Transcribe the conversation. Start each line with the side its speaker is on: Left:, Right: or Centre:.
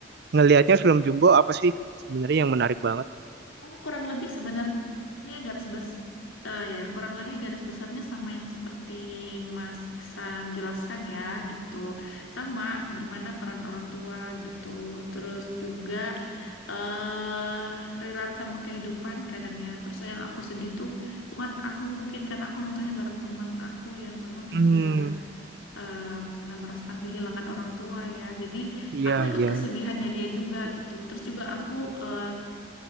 Right: ngelihatnya film Jumbo apa sih sebenarnya yang menarik banget?
Left: Kan Kurang lebih sebenarnya Dia garis bes eh ya kurang lebih garis besarnya sama yang seperti Mas Iksan jelaskan ya gitu. Sama gimana peran orang tua gitu. Terus juga eh relate sama kehidupan kadang ya. Terus yang aku sedih tuh bukan aku mungkin karena aku nontonnya bareng teman aku yang memang
Right: Hmm,
Left: sudah eh, pernah merasakan kehilangan orang tua ya. Jadi
Right: iya
Left: aku ikut
Right: iya.
Left: kesedihannya dia juga gitu. Terus juga aku eh